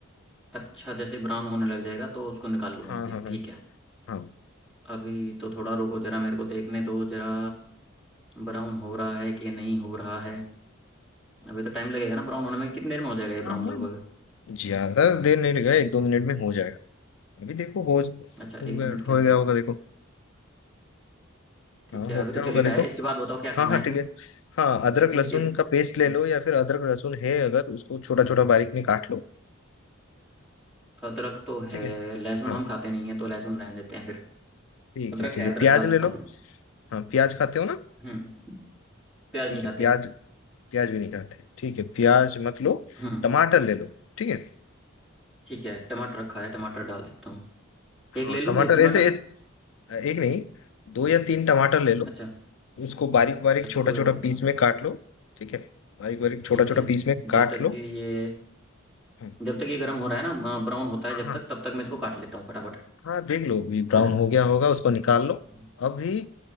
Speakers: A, in the centre; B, on the left (about 75°).
A: अच्छा जैसे ब्राउन होने लग जाएगा तो उसको निकाल लूँ वहाँ
B: हाँ
A: से
B: हाँ हाँ
A: ठीक है
B: हाँ
A: अभी तो थोड़ा रुको जरा मेरे को देखने दो जरा ब्राउन हो रहा है कि नहीं हो रहा है अभी तो टाइम लगेगा ना ब्राउन होने में कितनी देर में हो जाएगा ये ब्राउन
B: हाँ हाँ
A: लगभग
B: ज्यादा देर नहीं लगेगा एक दो मिनट में हो जाएगा अभी देखो हो हो
A: अच्छा एक
B: गया
A: दो मिनट
B: हो
A: के अंदर
B: गया
A: अंदर
B: होगा देखो
A: ठीक
B: हाँ
A: है
B: हो
A: अभी
B: गया
A: तो
B: होगा
A: चल ही रहा
B: देखो
A: है इसके बाद बताओ क्या करना
B: हाँ हाँ
A: है
B: ठीक
A: फिर
B: है हाँ अदरक
A: कुछ इसके
B: लहसुन
A: हम्म,
B: का पेस्ट ले लो या फिर अदरक लहसुन है अगर उसको छोटा छोटा बारीक में काट लो
A: अदरक तो है
B: ठीक है
A: लहसुन
B: हाँ
A: हम खाते नहीं है तो लहसुन रहने देते हैं फिर
B: ठीक
A: अदरक
B: है ठीक
A: है
B: है
A: अदरक
B: प्याज
A: डाल देता
B: ले लो
A: हूँ
B: हाँ प्याज खाते हो ना
A: हम्म प्याज
B: ठीक
A: नहीं खाते
B: है प्याज प्याज भी नहीं खाते ठीक है प्याज मत लो
A: हम्म
B: टमाटर ले लो ठीक है
A: ठीक है टमाटर रखा है टमाटर डाल देता हूँ एक
B: हाँ
A: ले लूँ
B: टमाटर
A: एक टमाटर
B: ऐसे ऐसे एक नहीं दो या तीन टमाटर ले लो
A: अच्छा
B: उसको बारीक बारीक
A: अच्छा
B: छोटा
A: दो
B: छोटा
A: या तीन
B: पीस
A: टमाटर
B: में काट लो ठीक है बारीक बारीक
A: ठीक
B: छोटा छोटा
A: है
B: पीस में काट
A: जब तक
B: लो
A: कि ये
B: हम्म,
A: जब तक ये गर्म हो रहा है ना ब्राउन होता
B: हाँ
A: है जब
B: हाँ
A: तक तब तक मैं इसको काट लेता हूँ फटाफट
B: हाँ देख लो भी ब्राउन
A: है ना
B: हो गया होगा उसको निकाल लो
A: हम्म।
B: अभी